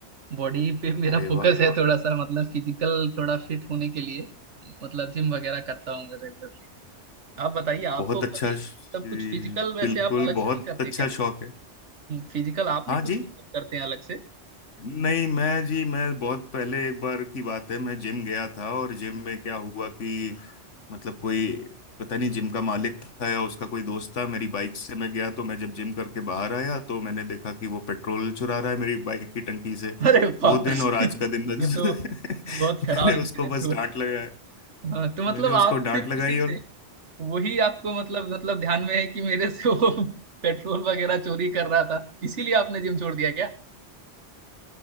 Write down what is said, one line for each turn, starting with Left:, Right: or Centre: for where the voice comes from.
Right: बॉडी पे मेरा
Left: अरे
Right: अरे फोकस
Left: वाह
Right: है वाह थोड़ा सा मतलब फिजिकल थोड़ा फिट होने के लिए मतलब जिम वगैरह करता हूँ मैं रेगुलरली आप बताइए आपको
Left: बहुत अच्छा
Right: कभी
Left: श-
Right: मतलब कुछ फिजिकल वैसे
Left: बिल्कुल
Right: आप अलग
Left: बहुत
Right: से नहीं करते
Left: अच्छा शौक है
Right: फिजिकल आप
Left: हाँ
Right: नहीं कुछ
Left: जी
Right: मतलब करते हैं अलग से
Left: नहीं मैं जी मैं बहुत पहले एक बार की बात है मैं जिम गया था और जिम में क्या हुआ कि मतलब कोई पता नहीं जिम का मालिक था या उसका कोई दोस्त था मेरी बाइक से मैं गया तो मैं जब जिम करके बाहर आया तो मैंने देखा कि वो पेट्रोल चुरा रहा है मेरी बाइक की टंकी से
Right: अरे वाह
Left: वो दिन
Right: <laughs>
Left: और आज का दिन मैं <laughs>
Right: ये तो बहुत खराब
Left: मैंने
Right: इंसिडेंट
Left: उसको बस
Right: हुआ
Left: डांट लगाया
Right: हाँ, तो मतलब
Left: मैंने
Right: आप
Left: उसको डांट
Right: सिर्फ
Left: लगाई
Right: उसी
Left: और
Right: से वही आपको मतलब मतलब ध्यान में है कि मेरे से वो <laughs> पेट्रोल वगैरह चोरी कर रहा था इसीलिए आपने जिम छोड़ दिया क्या